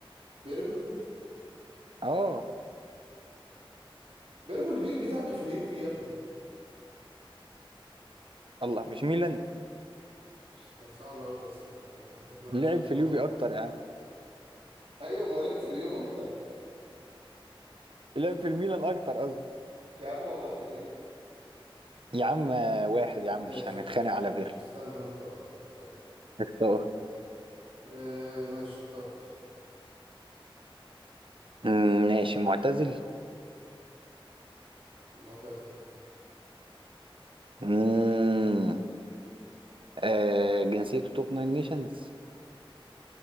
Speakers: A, on the right (about 90°); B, on the right (about 65°).
A: بيرلو
B: اه
A: بيرلو البيك بتاعته في اليوفي يا ابني
B: الله مش ميلان
A: انت صعب قوي يا اسطى انت انت انت مالكش
B: لعب
A: في الكوره
B: في اليوفي
A: بجد
B: اكتر يا عم
A: ايوه ما هو لك في اليوفي اكتر
B: لعب في الميلان اكتر قصدي
A: يا عم والله في اليوفي
B: يا عم آه، واحد يا
A: ماشي
B: عم مش هنتخانق
A: ماشي
B: على
A: ماشي
B: فيرلو
A: استنى اختار اختار
B: اختار
A: اه ماشي اخترت
B: مم، ماشي معتزل
A: معتزل
B: مم. آه جنسيته توب ناين نيشنز